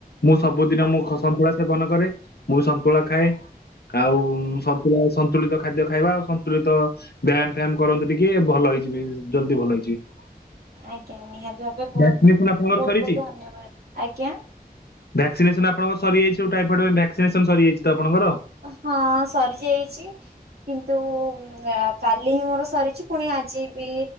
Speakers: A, on the left; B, on the right.
A: ମୁଁ ସବୁଦିନ
B: ଆଜ୍ଞା
A: ମୁଁ ସନ୍ତୁଳା ସେବନ କରେ ମୁଁ ବି ସନ୍ତୁଳା ଖାଏ ଆଉ ସନ୍ତୁଳା ସନ୍ତୁଳିତ ଖାଦ୍ୟ ଖାଇବା, ଆଉ ସନ୍ତୁଳିତ ବ୍ୟାୟାମ ଫ୍ୟାୟାମ କରନ୍ତୁ ଟିକେ ଭଲ ହେଇଯିବେ, ଜଲଦି ଭଲ ହେଇଯିବେ।
B: ଆଜ୍ଞା, ନିହାତି ଭାବେ ବହୁତ
A: ଭ୍ୟାକ୍ସିନେସନ ଆପଣଙ୍କର
B: ବହୁତ
A: ସରିଛି?
B: ବହୁତ ଧନ୍ୟବାଦ। ଆଜ୍ଞା?
A: ଭ୍ୟାକ୍ସିନେସନ ଆପଣଙ୍କର ସରିଯାଇଛି, ଯୋଉ ଟାଇଫଏଡ ଭକ୍ସିନେସନ୍ ସରିଯାଇଛି ତ ଆପଣଙ୍କର?
B: ହଁ, ସରି ଯାଇଚି କିନ୍ତୁ କାଲି ହିଁ ମୋର ସରିଛି, ପୁଣି ଆଜି ବି